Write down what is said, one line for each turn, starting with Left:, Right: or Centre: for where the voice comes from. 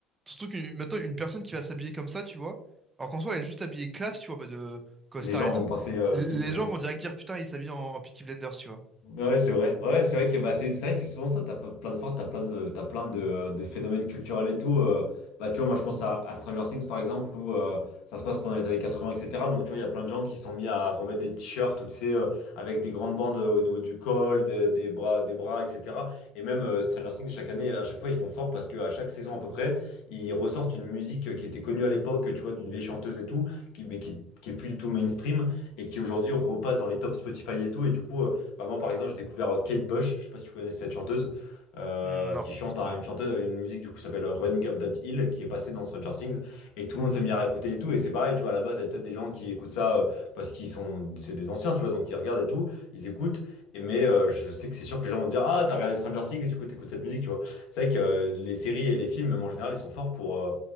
Right: Surtout que maintenant, une personne qui va s'habiller comme ça, tu vois. Alors qu'en soi, elle est juste habillée classe, tu vois, en mode euh, costard
Left: les gens
Right: et
Left: vont
Right: tout.
Left: penser euh,
Right: l-
Left: pique
Right: Les gens vont direct dire, putain, il s'habille en, en Peaky Blinders, tu vois.
Left: Ouais, c'est vrai. Ouais, c'est vrai que bah, c'est c'est vrai que c'est souvent ça. T'as pas- plein de fois, t'as plein de, t'as plein de, euh, de phénomènes culturels et tout. euh, bah, tu vois, moi, je pense à, à Stranger Things, par exemple, où euh, ça se passe pendant les années 80, etc. Donc, tu vois, il y a plein de gens qui sont mis à remettre des t-shirts, ou, tu sais, euh, avec des grandes bandes euh, au niveau du col, des, des bras, des bras, etc. Et même euh, Stranger Things, chaque année, à chaque fois, ils font fort parce qu'à chaque saison, à peu près, ils ressortent une musique euh, qui était connue à l'époque, tu vois, d'une vieille chanteuse et tout, qui, mais qui, qui est plus du tout mainstream et qui aujourd'hui repasse dans les tops Spotify et tout. Et du coup, bah, moi, par exemple, j'ai découvert euh, Kate Bush, je sais pas si tu connais cette chanteuse, euh,
Right: Hmm, Non,
Left: qui chante
Right: ça
Left: hein,
Right: me dit rien.
Left: une chanteuse, une musique du coup s'appelle euh, Running Up That Hill, qui est passée dans Stranger Things, et tout le monde s'est mis à écouter et tout. Et c'est pareil, tu vois, à la base, il y a peut-être des gens qui écoutent ça euh, parce qu'ils sont, c'est des anciens, tu vois, donc ils regardent et tout, ils écoutent. Et mais euh, je sais que c'est sûr que les gens vont te dire, ah, t'as regardé Stranger Things, du coup, t'écoutes cette musique, tu vois. C'est vrai que euh, les séries et les films, même en général, ils sont forts pour. euh,